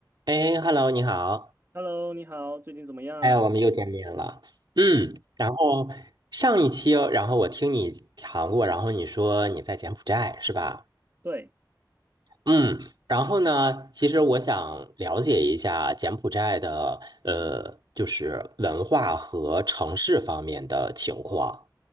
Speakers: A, on the right; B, on the right.
A: 哎，Hello，你好，
B: Hello，你好，最近怎么样啊？
A: 哎，我们又见面了。嗯，然后上一期哦然后我听你谈过，然后你说你在柬埔寨是吧？
B: 对，
A: 嗯，然后呢，其实我想了解一下柬埔寨的呃，就是文化和城市方面的情况。